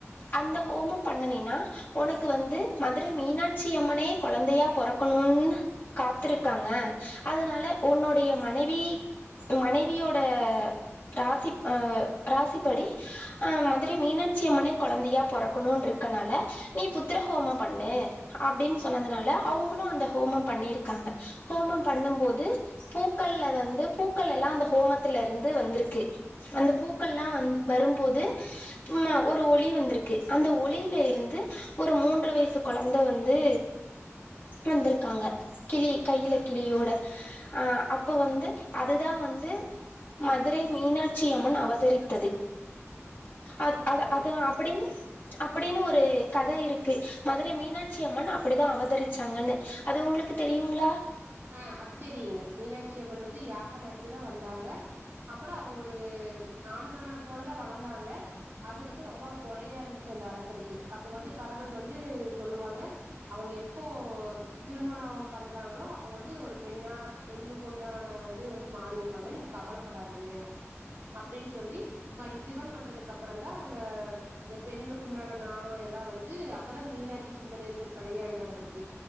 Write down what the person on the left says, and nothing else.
அந்த ஹோமம் பண்ணுணீனா உனக்கு வந்து மதுரை மீனாட்சி அம்மனே கொழந்தையா பொறக்கணும்னு காத்துருக்காங்க அதனால உன்னுடைய மனைவி மனைவியோட ராசி அ ராசிப்படி அ மதுரை மீனாட்சி அம்மனே கொழந்தையா பொறக்கணும்ருக்கனால நீ புத்திரஹோமம் பண்ணு அப்படின்னு சொன்னதுனால அவங்களும் அந்த ஹோமம் பண்ணிருக்காங்க ஹோமம் பண்ணும்போது பூக்கள்ல வந்து பூ க்களெல்லா அந்த ஹோமத்துல இருந்து வந்திருக்கு அந்த பூக்கள்லா வரும்போது ஒரு ஒளி வந்திருக்கு அந்த ஒளில இருந்து ஒரு மூன்று வயசு கொழந்த வந்து வந்திருக்காங்க கிளி கைல கிளியோட ஆஹ் அப்ப வந்து அதுதா வந்து மதுரை மீனாட்சியம்மன் அவதரித்தது அத் அது
அது அப்படின்னு அப்படின்னு ஒரு கதை இருக்கு மதுரை மீனாட்சி அம்மன் அப்படிதா அவதரிச்சாங்கன்னு அது உங்களுக்கு தெரியுங்களா